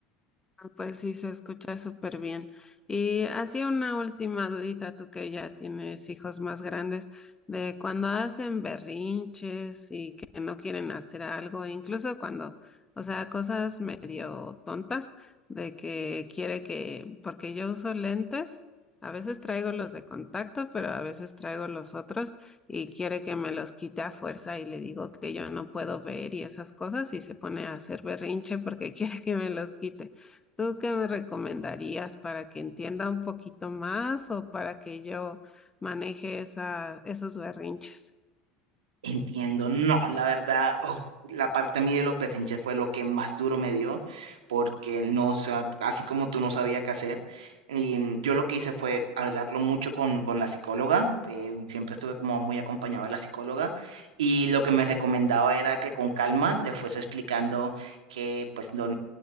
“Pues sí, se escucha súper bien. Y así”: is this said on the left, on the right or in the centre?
Left